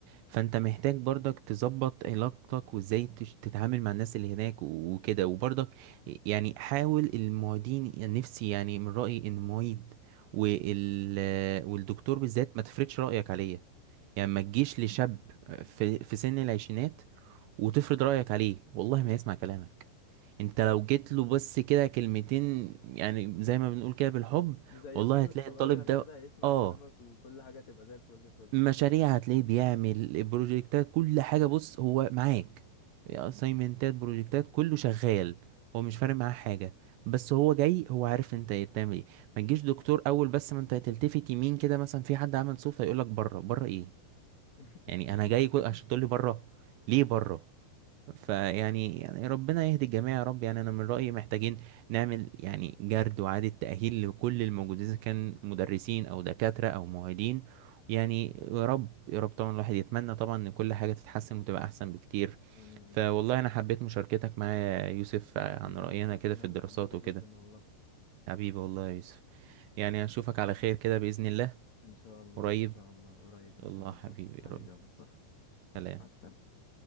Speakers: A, on the right; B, on the left.
A: فانت محتاج برضك تظبط علاقتك وازاي تش- تتعامل مع الناس اللي هناك و- وكده وبرضك يعني حاول المعيدين يعني نفسي يعني من رايي ان المعيد وال والدكتور بالذات ما تفرضش رايك عليه يعني ما تجيش لشاب في في سن العشرينات وتفرض رايك عليه والله
B: امم
A: ما يسمع كلامك انت لو جيت له بس كده كلمتين يعني زي ما بنقول كده بالحب
B: زي
A: والله
B: اخوك
A: هتلاقي
B: الصغير
A: الطالب ده
B: كده يسمع
A: اه
B: كلامك وكل حاجه تبقى زي الفل فل
A: مشاريع هتلاقيه بيعمل بروجكتات كل حاجة بص هو معاك اسايمنتات بروجكتات كله شغال هو مش فارق معاه حاجة بس هو جاي هو عارف انت ايه بتعمل ايه ما تجيش دكتور اول بس ما انت تلتفت يمين كده مثلا في حد عمل صوت هيقولك بره بره ايه
B: <laughs>
A: يعني انا جاي كل... عشان تقولي بره ليه بره فيعني يعني ربنا يهدي الجميع يا رب يعني انا من رأيي محتاجين نعمل يعني جرد وإعادة تأهيل لكل الموجودين اذا كان مدرسين او دكاترة او معيدين يعني يا رب يا رب طبعا الواحد يتمنى طبعا ان كل حاجة تتحسن وتبقى احسن بكتير
B: آمين
A: فوالله
B: يا رب
A: انا حبيت مشاركتك معايا يا يوسف عن
B: حبيبي
A: رأينا
B: يا مصطفى
A: كده
B: أنا
A: في الدراسات
B: اللي حبيتها جدا
A: وكده
B: والله
A: حبيبي والله يا يوسف يعني اشوفك على خير كده بإذن الله
B: إن شاء الله
A: قريب
B: إن شاء
A: إن
B: الله قريب إن
A: شاء
B: شاء
A: الله
B: الله
A: حبيبي
B: حبيبي
A: يا رب
B: يا مصطفى
A: سلام
B: يلا، مع السلامة